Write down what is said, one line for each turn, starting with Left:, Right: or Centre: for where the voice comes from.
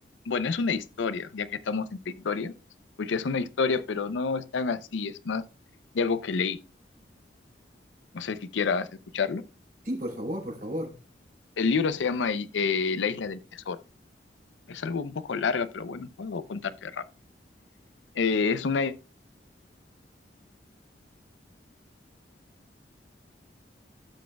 Left: bueno, es una historia, ya que estamos en Victoria, pucha, es una historia, pero no es tan así, es más de algo que leí. No sé si quieras escucharlo.
Right: Sí, por favor, por favor.
Left: El libro se llama eh, La isla del tesoro. Es algo un poco larga, pero bueno, puedo contarte rápido. Eh, es una